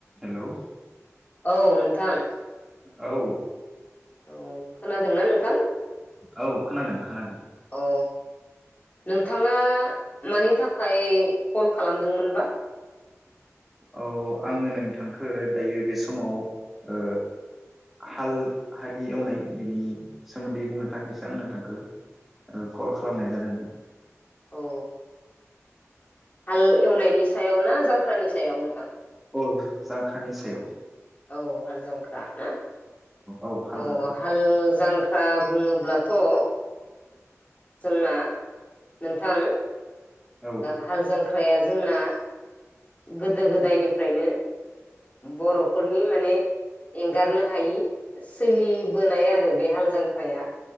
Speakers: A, in the centre; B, on the left (about 30°).
A: हेल'
B: औ नोंथां
A: औ
B: औ खोनादोंना नोंथां?
A: औ खोनादों खोनादों
B: औ। नोंथाङा मानि थाखाय कल खालामदोंमोनबा?
A: औ आङो नोंथांखौ दायो बे समाव ओ हाल हालि एवनाय बिनि सोमोन्दै बुंनो थाखायसो ओ आं नोंथांखौ कल खालामनाय जादोंमोन।
B: औ हाल एवनायनि सायाव ना जांख्रानि सायाव नोंथां?
A: औ जांख्रानि सायाव।
B: औ हाल जांख्रा ना?
A: औ हाल
B: अ
A: जांख्रा
B: हाल जांख्रा बुङोब्ला थ' ओ जोंना नोंथां
A: औ
B: हाल जांख्राया जोंना गोदो गोदायनिफ्रायनो बर'फोरनि माने एंगारनो हायि सोलिबोनाय आरो बे हाल जांख्राया